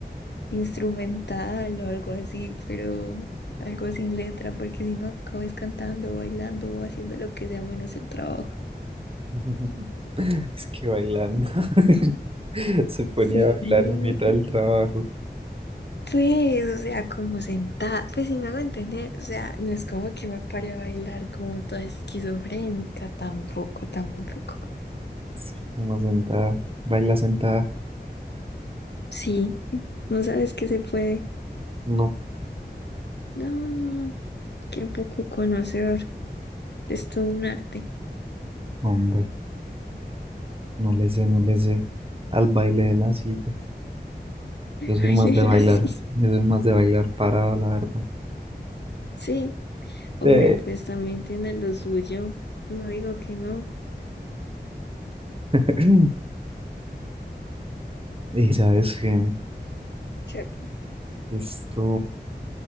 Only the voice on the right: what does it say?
<laughs> Es que bailando. <laughs> Se ponía
a bailar en mitad del trabajo.
Es que como sentada, baila sentada.
No,
hombre, no le sé, no le sé. Al baile de la silla.
Yo soy más de bailar,
yo soy más de bailar parado, la verdad.
Eh.
<laughs> Y sabes que
esto,